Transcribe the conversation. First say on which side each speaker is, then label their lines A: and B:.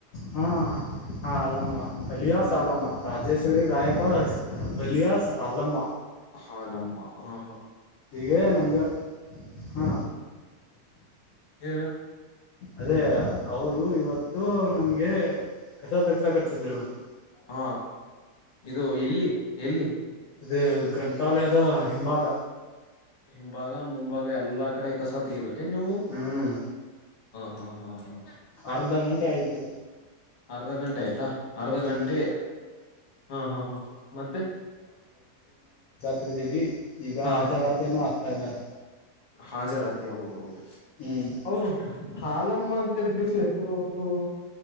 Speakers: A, on the left; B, on the left.
A: ಹಾ ಹಾ ಅಲ್ಲಮ್ಮ ಅಲಿಯಾಸ್
B: ಹ್ಮ್
A: ಅಾಲಮ್ಮ ರಾಜೇಶ್ವರಿ ಗಾಯಕ್ವಾಡ್ ಹಸ ಅಲಿಯಾಸ್ ಅಲಮ್ಮ
B: ಹಾಲ್ಲಮ್ಮ ಹಾ ಹಾ
A: ಈಗ ನಮ್ಗೆ ಹಾ
B: ಹೇಳು
A: ಅದೇ ಅವರು ಇವತ್ತು ನಮ್ಗೆ ಕೆಸ ತಗಸ ಕಚ್ಚಿದ್ರು ಇವತ್ತು
B: ಹಾ ಇದು ಎಲ್ಲಿ ಎಲ್ಲಿ
A: ಅದೇ ಗ್ರಂಥಾಲಯದ ಹಿಂಭಾಗ
B: ಹಿಂಭಾಗ ಮುಂಭಾಗ ಎಲ್ಲಾ ಕಡೆ ಕಸ ತೆಗಿಬೇಕೇನ್ ನೀವು
A: ಹ್ಮ್
B: ಹ ಹಾ ಹ್ಮ
A: ಅರ್ಧ ಗಂಟೆ ಆಯ್ತು
B: ಅರ್ಧ ಗಂಟೆ ಆಯ್ತಾ ಅರ್ಧ
A: ಹ್ಮ್
B: ಗಂಟೆ ಹಾ ಹಾ ಹಾ ಮತ್ತೆ
A: ತಗ್ದೀವಿ ಈಗ
B: ಹಾ
A: ಆಜರಾತ್ರಿನ ಆಗ್ತಾ ಇದ್ದಾರ
B: ಹಾಜರಾತಿ ಹೌದ ಹೌದು
A: ಹ್ಮ್
B: ಅವರು ಹಾಲಮ್ಮ ಅಂತದಕ್ ಬಿತ್ತು ಹೆಸರು ಅವ್ರಗೂ